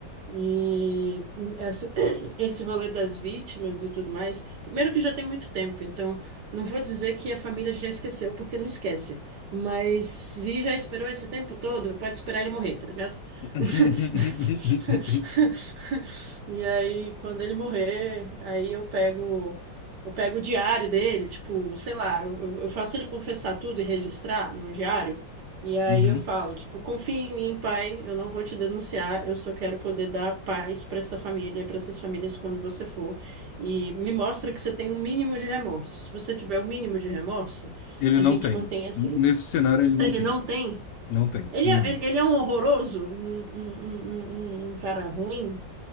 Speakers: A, on the right; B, on the left.
A: E esse, <clears throat> esse rolê das vítimas e tudo mais, primeiro que já tem muito tempo, então não vou dizer que a família já esqueceu, porque não esquece. Mas se já esperou esse tempo todo, pode esperar ele morrer, tá ligado?
B: <laughs>
A: <laughs> E aí, quando ele morrer, aí eu pego, eu pego o diário dele, tipo, sei lá, eu, eu eu faço ele confessar tudo e registrar num diário. E aí
B: Uhum.
A: eu falo, tipo, confia em mim, pai, eu não vou te denunciar, eu só quero poder dar paz para essa família, para essas famílias quando você for. E me mostra que você tem um mínimo de remorso. Se você tiver o mínimo de remorso,
B: Ele
A: a
B: não
A: gente
B: tem.
A: mantém assim.
B: Nesse cenário, ele não
A: Ele
B: tem.
A: não tem?
B: Não tem
A: Ele
B: nenhum.
A: é, ele, ele é um horroroso, um, um, um, um- um um cara ruim.